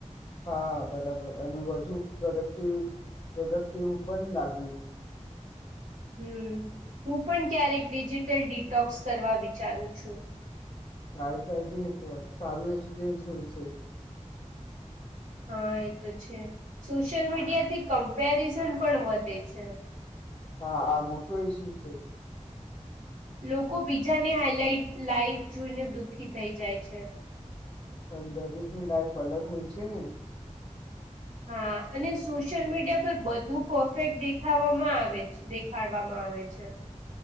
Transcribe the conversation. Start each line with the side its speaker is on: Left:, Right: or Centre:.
Left: હા બરાબર અને વધુ પ્રોડક્ટિવ પ્રોડક્ટિવ પણ લાગ્યું
Right: હમ હું પણ ક્યારેક ડિજિટલ ડિટોક્સ કરવા વિચારું છું
Left: થાય કરજે એક વાર સારું એક્સપિરિયન્સ હોય છે.
Right: હા એ તો છે સોશિયલ મીડિયા થી કમ્પેરિઝન પણ વધે છે.
Left: હા આ મોટો ઈસુ છે.
Right: લોકો બીજાને હાઈલાઈટ લાઈવ જોઈને દુઃખી થઈ જાય છે.
Left: પણ દરેકની લાઈફ અલગ હોય છે ને,
Right: હા અને સોશિયલ મીડિયા પર બધું પરફેક્ટ દેખાવામાં આવે દેખાડવામાં આવે છે.